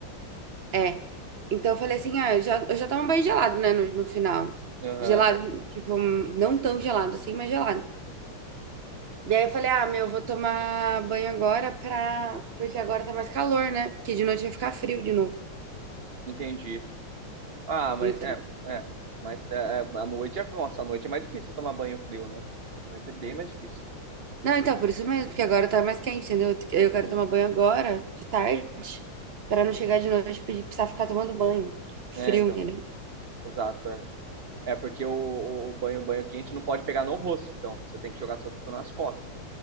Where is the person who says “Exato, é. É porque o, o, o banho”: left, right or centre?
Right